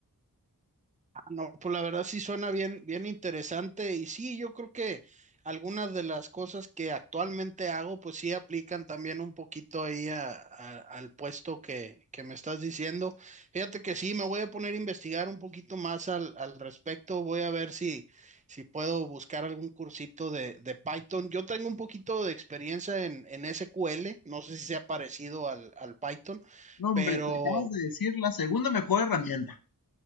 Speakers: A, on the right (about 20°); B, on the left (about 65°).
A: No, pues la verdad sí suena bien, bien interesante y sí, yo creo que algunas de las cosas que actualmente hago, pues sí aplican también un poquito ahí a- a- al puesto que, que me estás diciendo. Fíjate que sí, me voy a poner a investigar un poquito más al, al respecto, voy a ver si, si puedo buscar algún cursito de, de Python. Yo tengo un poquito de experiencia en, en SQL, no sé si sea parecido al, al Python.
B: No, hombre,
A: Pero
B: te acabas de decir la segunda mejor herramienta,